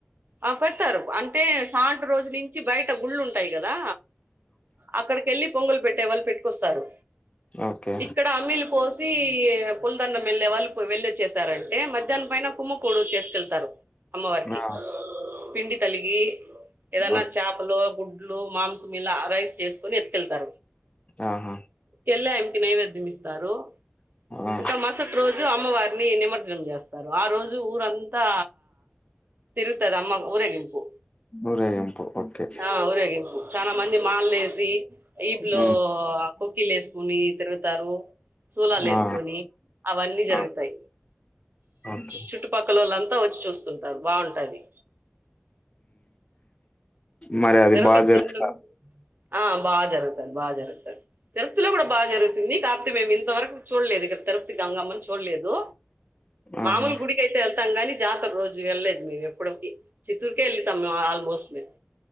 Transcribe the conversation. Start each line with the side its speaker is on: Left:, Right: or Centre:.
Right: ఆ పెడతారు అంటే పండు రోజు నుంచి బయట గుళ్ళు ఉంటాయి కదా అక్కడికి వెళ్ళి పొంగలు పెట్టే వాళ్ళు పెట్టుకొస్తారు
Left: ఓకే.
Right: ఇక్కడ అమీలు పోసి పుల్దండ వెళ్ వాళ్ళు వెళ్లి వచ్చసారంటే మధ్యా్నం పైన కుమ్మకోడు చేసుకెళ్తారు అమ్మ వారికి
Left: ఆ!
Right: పిండి తలుగి ఏదన్నా
Left: ఓకే.
Right: చాపలో గుడ్ లో మాంసమిళ రైస్ చేసుకుొని ఎత్కిెళ్తారు
Left: ఆహా
Right: వెలే ఆమెకి నైవేద్యం ఇస్తారు
Left: ఆ!
Right: ఇంకా మరుసటి రోజు అమ్మవారిని నిమజ్జనం చేస్తారు ఆ రోజు ఊరంతా తిరుగుతది అమ్మ ఊరేగింపు
Left: ఊరేగింపు. ఓకే.
Right: ఆ ఊరేగింపూర్ చాలా మంది మాలలు వేసి ఈప్లో
Left: హ్మ్.
Right: కొకిీలు వేసుకుొని తిరుగుతారు సులాలు వేసుకొని
Left: ఆ!
Right: అవన్నీ జరుగుతాయి
Left: ఆ! ఓకే.
Right: చుట్టుపక్కల లంతా వచ్చి చూస్తుంటారు బాగుంటాది
Left: మరి అది
Right: తిరుపతి
Left: బా జరుపూత
Right: దాంట్లో కూడా ఆ బాగా జరుగుతది బాగా జరుగుతుది తిరుప్తిలో కూడా బాగా జరుగుతుంది కాకపోతే మేము ఇంతవరకు చూడలేదు ఇక్క తిరుప్తి గంగమ్మని చూడలేదు మామూలు
Left: ఆహా!
Right: గుడికి అయితే వెళ్తాము కానీ జాతర రోజు వెళ్లేదు మేము ఎప్పటికి చిత్తూరుకే వెళ్ళతాం ఆల్మోస్ట్ మేము